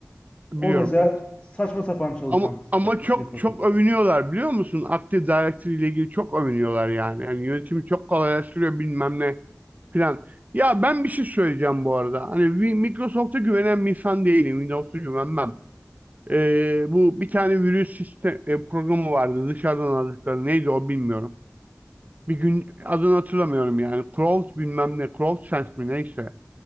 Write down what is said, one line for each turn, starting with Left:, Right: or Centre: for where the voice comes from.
Right: biliyorum
Left: O mesela
Right: evet.
Left: saçma sapan çalışan
Right: Ama
Left: bir sistem.
Right: ama çok
Left: İçindeki protokolde
Right: çok övünüyorlar
Left: falan.
Right: biliyor musun? Active Directory ile ilgili çok övünüyorlar yani. Yani yönetimi çok kolaylaştırıyor bilmem ne filan. Ya ben bir şey söyleyeceğim bu arada. Hani Wi- Microsoft'a güvenen bir insan değilim. Windows'a güvenmem. Ee, bu bir tane virüs sistem, e, programı vardı dışarıdan aldıkları neydi o bilmiyorum. Bir gün adını hatırlamıyorum yani Crolt bilmem ne Crolt Sense mi neyse.